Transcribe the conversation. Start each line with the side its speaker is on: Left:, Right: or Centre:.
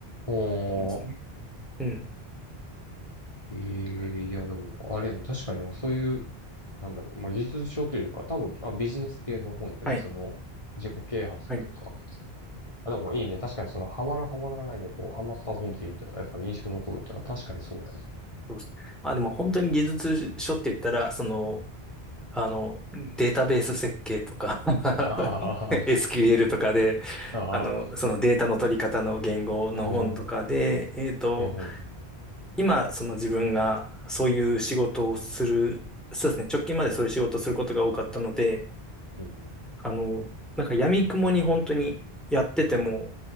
Left: うんああ、
Centre: ですね。うん。
Left: ええいや、でも、あれやね、確かに、でもそういう、なんだろう、まあ、技術書というか、多分、まあ、ビジネス系の本よね、
Centre: はい。
Left: その、自己啓発というか。
Centre: はい。
Left: あ、でもいいね、確かにその、ハマるハマらないで、こう、ハマった本っていう意味では、やっぱ印象に残るっていうのは確かにそうだよね。
Centre: そうです。まあでも本当に技術書って言ったら、その、あの、データベース設計とか <laughs>
Left: あははは、
Centre: SQL とかで、
Left: ああ、
Centre: あの、そのデータの取り方の言語の本とかで、
Left: おー
Centre: えっと、
Left: うん、う
Centre: 今、その自分がそういう仕事をする、そうですね、直近までそういう仕事をすることが多かったので、
Left: ん、
Centre: あの、なんか闇雲に本当にやってても、